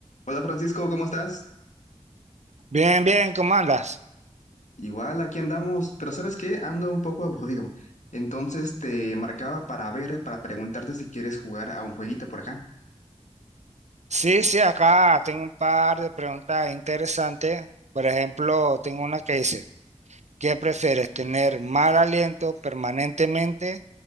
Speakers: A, on the left (about 85°); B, on the right (about 70°).
A: Hola Francisco, ¿cómo estás?
B: Bien, bien, ¿cómo andas?
A: Igual, aquí andamos, pero ¿sabes qué? Ando un poco aburrido. Entonces te marcaba para ver, para preguntarte si quieres jugar a un jueguito por acá.
B: Sí, sí, acá tengo un par de preguntas interesantes. Por ejemplo, tengo una que dice, ¿qué prefieres, tener mal aliento permanentemente